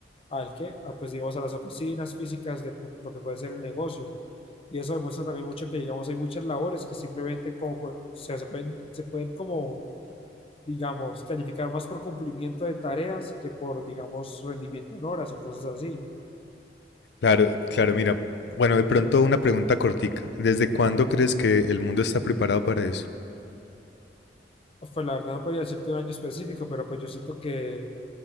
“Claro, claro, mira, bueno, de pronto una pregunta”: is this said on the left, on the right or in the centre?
Left